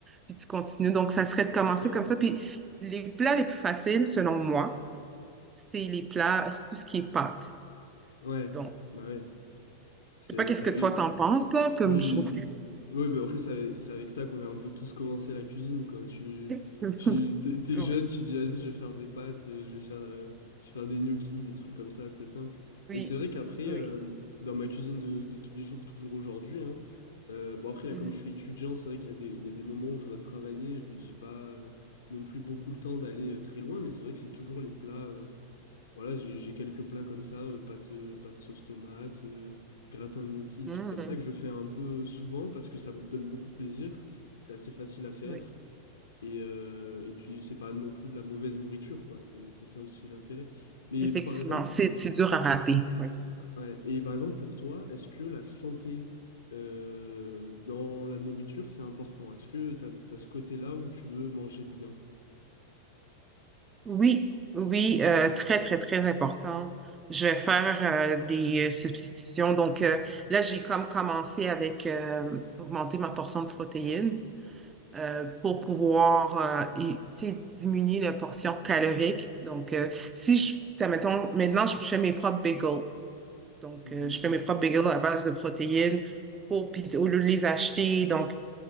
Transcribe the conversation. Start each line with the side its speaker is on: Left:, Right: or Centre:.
Right: puis tu continues. Donc, ça serait de commencer
Left: Ok.
Right: comme ça. Puis les plats les plus faciles, selon moi, c'est les plats, c'est tout ce qui est pâte.
Left: Ouais,
Right: Donc,
Left: bah ouais. C'est,
Right: je sais pas qu'est-ce
Left: ça
Right: que
Left: avait...
Right: toi t'en penses, là, comme
Left: Oui,
Right: je trouve
Left: z- oui, bah après, c'est avec c'est avec ça qu'on a un peu tous commencé la cuisine, quoi. Tu,
Right: <laughs>
Left: tu, t'es t'es
Right: Oui,
Left: jeune, tu dis, vas-y, je vais faire des pâtes, euh, je vais faire, euh, je vais faire des gnocchis, des trucs comme ça, c'est simple.
Right: oui,
Left: Mais c'est vrai qu'après,
Right: oui.
Left: euh, dans ma cuisine de, de tous les jours, toujours aujourd'hui, hein, euh, bon, après, là,
Right: Mhm.
Left: comme je suis étudiant, c'est vrai qu'il y a des, il y a des moments où je dois travailler, je, dois- j'ai pas euh, non plus beaucoup le temps d'aller euh, très loin, mais c'est vrai que c'est toujours les plats. euh, voilà, j'ai j'ai quelques plats comme ça, euh, pâte, euh, pâte sauce tomate, euh, gratin de gnocchi, des
Right: Mhm.
Left: trucs comme ça que je fais un peu souvent parce que ça me donne beaucoup de plaisir. C'est assez facile à faire.
Right: Oui,
Left: Et, euh, et puis, c'est pas non plus de la mauvaise nourriture, quoi. C'est c'est ça aussi l'intérêt. Mais
Right: effectivement,
Left: par exemple,
Right: c'est c'est dur à rater. Oui.
Left: ouais, et par exemple, pour toi, est-ce que la santé euh, dans la nourriture, c'est important? Est-ce que t'as, t'as ce côté-là où tu veux manger bien?
Right: Oui, oui, euh, très, très, très important. Je vais faire euh, des euh, substitutions. Donc euh, là, j'ai comme commencé avec euh, augmenter ma portion de protéines. euh, pour pouvoir euh, et, tu sais, diminuer la portion calorique. Donc, euh, si je, tu sais, mettons, maintenant, je fais mes propres bagels. Donc,
Left: Mhm.
Right: euh, je fais mes propres bagels à base de protéines pour, puis au lieu de les acheter. Donc,